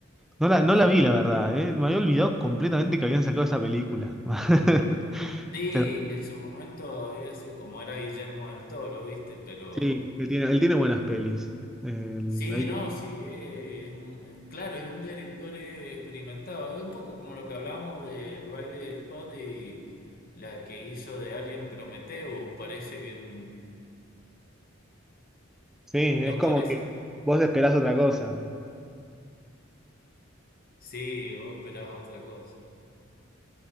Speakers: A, in the centre; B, on the left.
A: No la,
B: Ujú.
A: no la vi, la verdad, ¿eh? Me había olvidado completamente que habían sacado esa película. <laughs>
B: Sí,
A: Pero
B: que en su momento había sido como era Guillermo del Toro, ¿viste? Pero
A: sí, que tiene, él tiene buenas pelis. El-
B: sí,
A: ahí-
B: no, sí, eh, es un- eh, claro, es un director eh, experimentado. Es un poco como lo que hablamos de Riley Scott y la que hizo de Alien Prometheus. Parece que n-
A: sí,
B: no
A: es como
B: parece.
A: que vos esperás otra cosa.
B: Sí, vos esperás otra cosa.